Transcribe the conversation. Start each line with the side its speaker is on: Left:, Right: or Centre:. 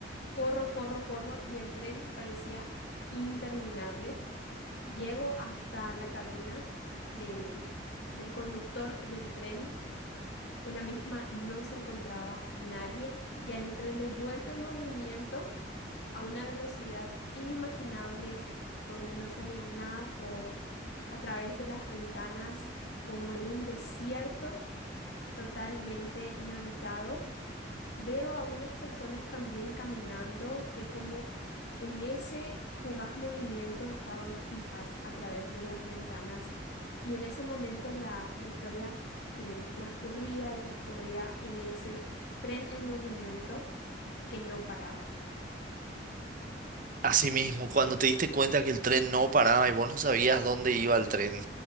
Left: Corro, corro, corro y el tren parecía interminable. Llego hasta la cabina del, del conductor del tren. En la misma no se encontraba nadie. Ya el tren de vuelta en movimiento a una velocidad inimaginable donde no se veía nada por a través de las ventanas, como en un desierto totalmente inhabitado. Veo a unas personas también caminando que como en ese fugaz movimiento estaban fijas a través de las ventanas y en ese momento la, la historia eh, transcurría y transcurría en ese tren en movimiento que no paraba.
Right: Asimismo, cuando te diste cuenta que el tren no paraba y vos no sabías dónde iba el tren,